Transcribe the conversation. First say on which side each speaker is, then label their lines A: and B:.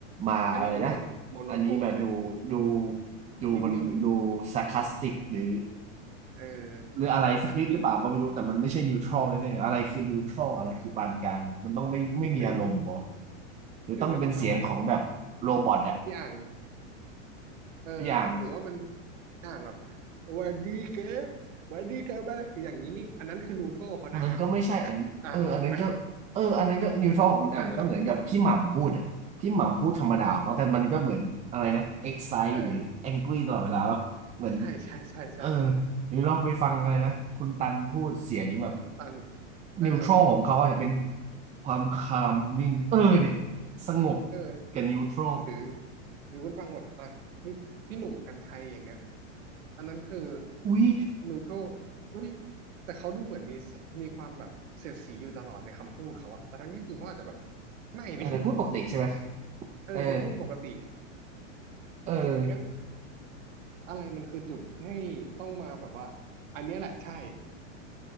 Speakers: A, on the right (about 20°); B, on the right (about 75°).
A: มาอะไรนะ
B: อันนี้ดูแบบโมโนโทนเลย
A: อันนี้แบบดูดูดูมันดูซ
B: นิ่ง
A: a r c ค s สติกหรือ
B: ๆเออ
A: หรืออะไรสักนิดหรือเปล่าก็ไม่รู้แต่มันไม่ใช่นิวทรัลแน่ๆอะไรคือนิวทรัลอะไรคือปานกลางมันต้องไม่ไม่มีอารมณ์บอ
B: หรือ
A: หรือต้องเป็นเสียงของแบบโรบอทอะ
B: หรือจะต้องเอามาแบบที่อ่างเออหรือว่าเป็น
A: พี่อ่าง
B: อ่างแบบหวันดีเก็บวันดีเธอบ้างอย่างนี้นี่อันนั้นคือนูโทรเขานะอ่ะ
A: อันนั้นก็ไม่ใช่อันเอออันนั้นก็เอออันนั้นก็นิวทรัลของคุณอ่างก็เหมือนกับพี่หม่ำพูดอะพี่หม่ำพูดธรรมดาของเขาแต่มันก็เหมือนอะไรนะ
B: อ่ะถูกไหมเออ
A: excite
B: เออ
A: หรือ angry ตลอดเวลาป่ะเหมือน
B: ใช่ใช่ใช่ใช่
A: เออหรือเราไปฟังอะไรนะคุณตันพูดเสียงแบบ
B: คุณตันเออ
A: นิวทร a ลของเขาอาจจะเป็นความคามนิ่งเออเนี่ยสงบ
B: เออ
A: กับนิวทร a ล
B: หรือหรือคุณฟังแบบอ่ะพี่พี่หนุ่มกรรชัยอย่างเงี้ยอันนั้นคือ
A: อุ๊ย
B: นูโทรอุ้ยแต่เขาดูเหมือนมีสมีความแบบเสียดสีอยู่ตลอดในคำพูดเขาอะแต่ทั้งที่จริงเขาอาจจะแบบไม่นี่
A: อาจจะพูดปกติใช่ไหม
B: เออเขาพูดปกติ
A: เออเออ
B: งั้นอะไรมันคือจุดให้ต้องมาแบบว่าอันเนี้ยแหละใช่